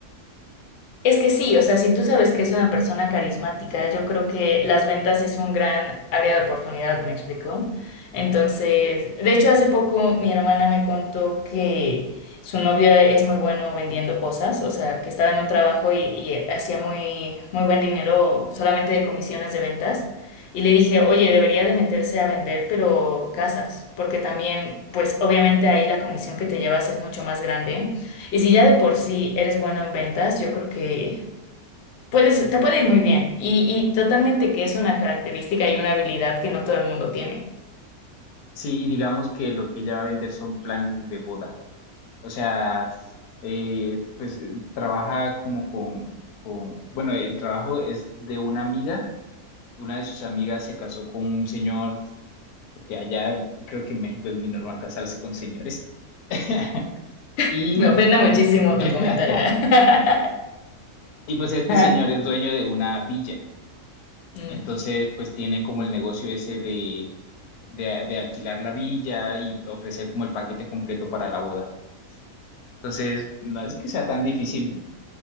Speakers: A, on the left; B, on the left.
A: Es que sí, o sea, si tú sabes que es una persona carismática, yo creo que las ventas es un gran área de oportunidad, ¿me explico? Entonces, de hecho, hace poco mi hermana me contó que su novio es muy bueno vendiendo cosas, o sea, que estaba en un trabajo y, y hacía muy, muy buen dinero solamente de comisiones de ventas. Y le dije, oye, debería de meterse a vender, pero casas, porque también, pues obviamente ahí la comisión que te llevas es mucho más grande. Y si ya de por sí eres bueno en ventas, yo creo que puedes, te puede ir muy bien. Y, y totalmente que es una característica y una habilidad que no todo el mundo tiene.
B: Sí, y digamos que lo que ella va a vender son planes de boda. O sea, eh, pues eh, trabaja como con, con, bueno, el trabajo es de una amiga. Una de sus amigas se casó con un señor, porque allá creo que en México es muy normal casarse con señores. <laughs>
A: <laughs>
B: Y,
A: Me ofende muchísimo
B: <laughs>
A: tu comentario. <laughs>
B: y pues este
A: Ajá.
B: señor es dueño de una villa.
A: Mm,
B: Entonces, pues tienen como el negocio ese de de, de alquilar la villa y ofrecer como el paquete completo para la boda. Entonces, no es que sea tan difícil,